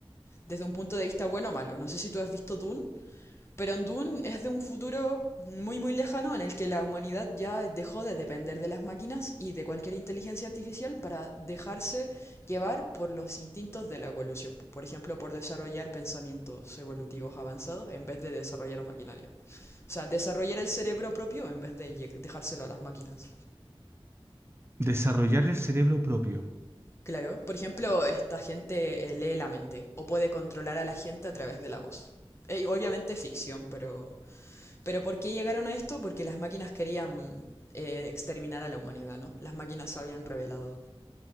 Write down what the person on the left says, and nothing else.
Desde un punto de vista bueno o malo. No sé si tú has visto Dune. Pero en Dune es de un futuro muy muy lejano en el que la humanidad ya dejó de depender de las máquinas y de cualquier inteligencia artificial para dejarse llevar por los instintos de la evolución. Por ejemplo, por desarrollar pensamientos evolutivos avanzados en vez de desarrollar maquinaria. O sea, desarrollar el cerebro propio en vez de lle- dejárselo a las máquinas.
Claro, por ejemplo, esta gente eh, lee la mente o puede controlar a la gente a través de la voz. Eh, y obviamente es ficción, pero Pero ¿por qué llegaron a esto? Porque las máquinas querían eh, exterminar a la humanidad, ¿no? Las máquinas se habían revelado.